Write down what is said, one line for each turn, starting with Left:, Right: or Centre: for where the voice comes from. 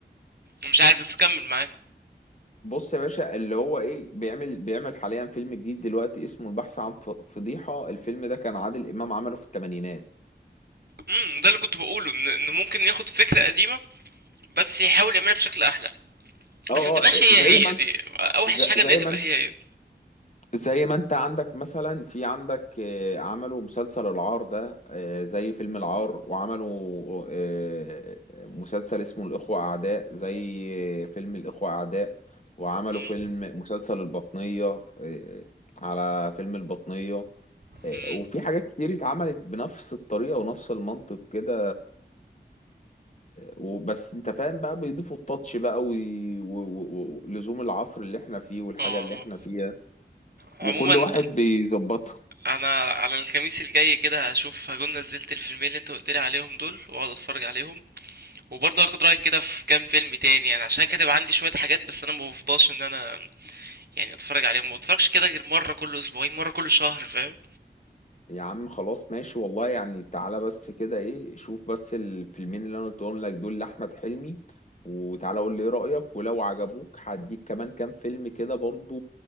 Right: مش عارف بس كمل معاك
Left: بص يا باشا اللي هو ايه بيعمل بيعمل حاليا فيلم جديد دلوقتي اسمه البحث عن ف- فضيحه الفيلم ده كان عادل امام عمله في الثمانينات
Right: امم ده اللي كنت بقوله ان إن ممكن ياخد فكرة قديمة بس يحاول يعملها بشكل احلى
Left: اه
Right: بس ما تبقاش
Left: اه
Right: هي
Left: زي
Right: هي
Left: ما انت-
Right: دي اوحش
Left: ز-
Right: حاجة
Left: زي
Right: ان هي تبقى
Left: ما انت
Right: هي هي
Left: زي ما انت عندك مثلا في عندك آه، عملوا مسلسل العار ده آه، زي فيلم العار وعملوا آه، مسلسل اسمه الإخوة أعداء زي آه، فيلم الإخوة أعداء وعملوا
Right: مم.
Left: فيلم مسلسل البطنية آه، على فيلم البطنية
Right: مم.
Left: آه، وفي حاجات كتير اتعملت بنفس الطريقة ونفس المنطق كده وبس انت فاهم بقى بيضيفوا التاتش بقى ولزوم العصر اللي احنا فيه والحاجة
Right: اه آه.
Left: اللي احنا فيها
Right: عموما
Left: وكل واحد بيظبطها
Right: انا على الخميس الجاي كده هشوف هكون نزلت الفيلمين اللي انت قلت لي عليهم دول واقعد اتفرج عليهم وبرضه هاخد رايك كده في كام فيلم تاني يعني عشان كاتب عندي شويه حاجات بس انا ما بفضلش ان انا يعني اتفرج عليهم ما بتفرجش كده غير مره كل اسبوعين مره كل شهر فاهم
Left: يا عم خلاص ماشي والله يعني تعالى بس كده ايه شوف بس الفيلمين اللي انا قلتهم لك دول لأحمد حلمي وتعالى قول لي ايه رأيك ولو عجبوك هديك كمان كام فيلم كده برضو